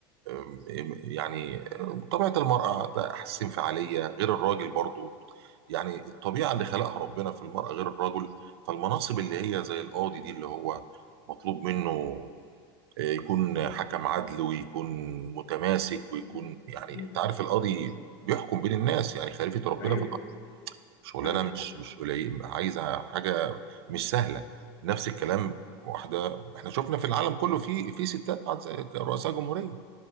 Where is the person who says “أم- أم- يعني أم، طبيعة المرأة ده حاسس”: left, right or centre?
Right